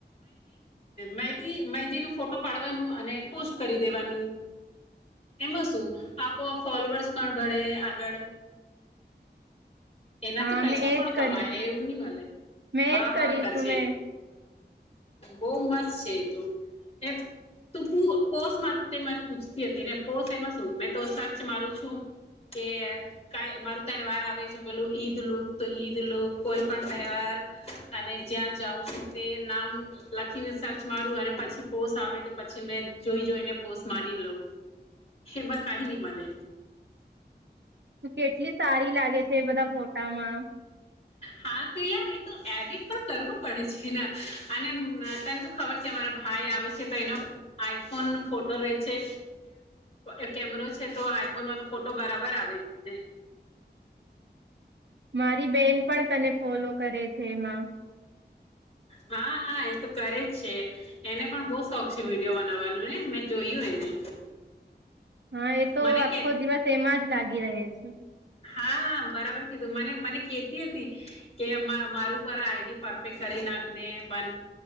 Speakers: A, on the left; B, on the right.
A: મેહદી મેહદી નો ફોટો પાડવાનું અને પોસ્ટ કરી દેવાનું. એમાં શું આપોઆપ ફોલોવર્સ પણ બળે આગળ એનાથી
B: હા
A: પૈસો
B: મેં એજ
A: પણ કમાય
B: કરીશું
A: એવું ની મલે
B: મેં
A: હા
B: એજ કરીશું
A: હા કરજે.
B: મેં
A: બહુ મસ્ત છે. તો તે તું પૂ પોસ માટે મને પૂછતી હતી ને પોસ એમાં શું મેં તો સર્ચ મારું છું કે કાંઈ મારું તહેવાર આવે છે બોલું ઈદ લુક તો ઈદ લુક કોઈ પણ તહેવાર અને જ્યાં જાઉ છું તે નામ લખીને સર્ચ મારું અને પછી પોસ આવે તો પછી મેં જોઈ જોઈને પોસ મારી લઉં એમાં કાંઈ ની મલે.
B: તું કેટલી સારી લાગે છે એ બધા ફોટામાં
A: હા તો યાર એ તો એડિટ તો કરવું પડે છે ન અને તને તો ખબર છે મારા ભાઈ આવે છે તો એનો આઈફોનનો ફોટો રે છે એ કેમેરો છે તો આઈફોનમાં તો ફોટો બરાબર આવેને
B: મારી બેન પણ તને ફોલો કરે છે એમાં
A: હા હા એ તો કરે જ છે. એને પણ બહુ શોખ છે વિડીયો બનાવાનું ને મેં જોયું એને
B: હહ એ તો
A: મને
B: આખો
A: કહેતી
B: દિવસ એમાં જ લાગે ગી રહે છે.
A: હા બરાબર કીધું મને મને કેતી હતી કે મારું પણ આ આઈડી પરફેક્ટ કરી નાખ ને બન